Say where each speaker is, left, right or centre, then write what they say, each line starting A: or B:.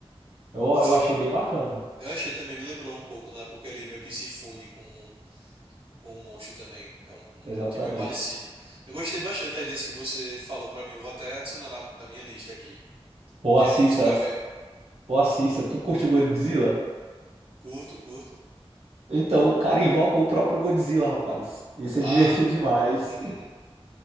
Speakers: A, on the right; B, on the right.
A: Eu,
B: Uf,
A: eu achei bem bacana.
B: eu achei também, me lembrou um pouco, né? Porque ele meio que se funde com com o Monstro também. É um, um
A: Exatamente.
B: plot meio parecido. Eu gostei bastante aí desse que você falou pra mim. Eu vou até adicionar na, na minha lista aqui
A: Pô,
B: de
A: assista,
B: animes pra ver.
A: pô, assista. Tu curte o Godzilla?
B: Curto, curto.
A: Então, o cara invoca o próprio Godzilla, rapaz. Isso
B: Ah,
A: é divertido demais.
B: <laughs>